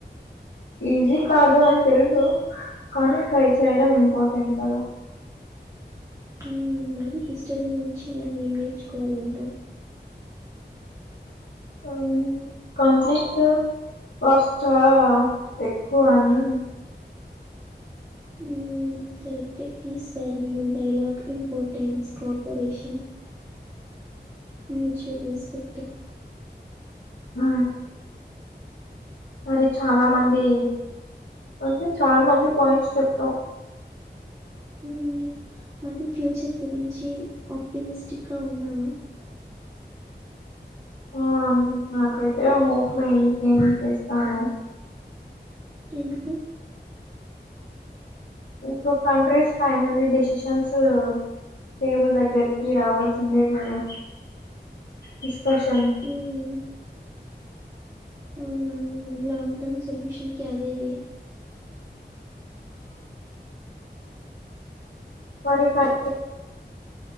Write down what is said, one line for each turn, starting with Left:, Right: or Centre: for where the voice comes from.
Left: ఈజీ కాదు అని తెలుసు కానీ ట్రై చేయడం ఇంపార్ర్టెంట్ కదా
Right: ఊ మరీ హిస్టరీ నుంచి మనం ఏం నేర్చుకోవాలంటావు
Left: ఆ కాన్ఫ్లిక్స్ కాస్ట్ చాలా ఎక్కువని
Right: ఊ కరెక్ట్ ఏ peace value dialogue importance cooperation mutual respect
Left: ఆ మరి చాలా మంది అంటే చాలా మంది పాయింట్స్ చెప్పడం
Right: ఊ మరి ఫ్యూచర్ గురించి ఆప్టమిస్టిక్ గా ఉన్నావా
Left: ఆ నాకైతే హోప్ లే ఇకేం చేస్తాను
Right: ఎందుకు
Left: ఇంకొ కంట్రీస్ ఫైనలీ డిసిషన్స్ టేబుల్ దగ్గరికి రావాల్సిందే కదా డిస్కషన్
Right: మ్మ్. అవునవును లో టర్న్ సోల్యూషన్ కి అదే వే
Left: మరి ఫైవ్